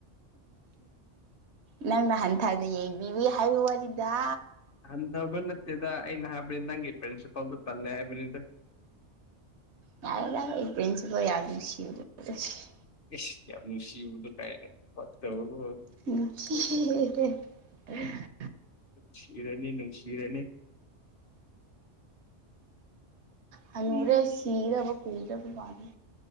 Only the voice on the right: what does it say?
ꯅꯪꯅ ꯍꯟꯊꯅ ꯌꯦꯡꯕꯤꯕ ꯍꯥꯏꯕ ꯋꯥꯔꯤꯗ
ꯌꯥꯔꯦ ꯌꯥꯔꯦ ꯑꯩ ꯄ꯭ꯔꯦꯟꯁꯤꯄꯥꯜ ꯌꯥꯝ ꯅꯨꯡꯁꯤꯕ <unintelligible>
<unintelligible>
ꯍꯥꯅꯨꯔꯦ
ꯁꯤꯒꯗꯕꯥ ꯀꯨꯏꯗ꯭ꯔꯥꯕ ꯃꯥꯅꯤ